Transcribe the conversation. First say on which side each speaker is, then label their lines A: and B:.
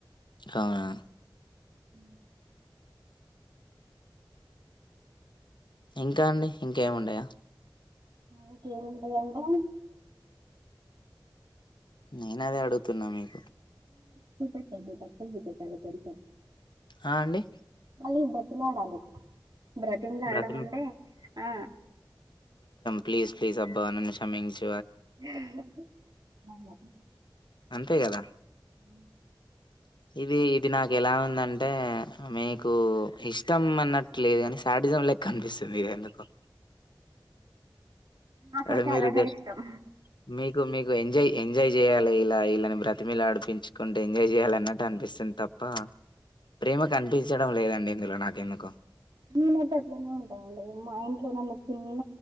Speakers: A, on the left (about 70°); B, on the right (about 55°).
A: అవునా
B: ఉ
A: ఇంకా అండి ఇంకేంవుండయ
B: ఇంకేంవుంటయ్ అంటే
A: నేనదే అడుతున్నా మీకు
B: సూపెట్టండి తక్కువ సుపెట్టండి తెల్ స
A: ఆ అండి
B: మళ్ళి బత్తిలాడాలి. బ్రతిమ్లా ఆడడం
A: బ్రతి
B: అంటే ఆ
A: ప్లీజ్లీ ప్లీజ్ అబ్బా నన్ను షమించు
B: అ
A: అంతే కదా
B: హ్మ్
A: ఇది ఇది నాకు ఎలా ఉందంటే మీకు ఇష్టం అన్నట్లేదు కాని సాడిజం లే కనిపిస్తుంది ఎందుకో
B: నాకైతే
A: అదే మీరు
B: అలానే
A: జస్ట్
B: ఇష్టం
A: మీకు మీకు ఎంజాయ్ ఎంజాయ్ చేయాలి ఇలా ఇలాని బ్ర మీల ఆడిపించుకుంటు ఎంజాయ్ చేయాలా అన్నటు అనిపిస్తుంది తప్ప ప్రేమ కనిపించడం లేదండి ఇందులో నాక ఎందుకో
B: నేనైతే అట్లనే ఉంటానండి మా ఇంట్లో నన్న చిన్న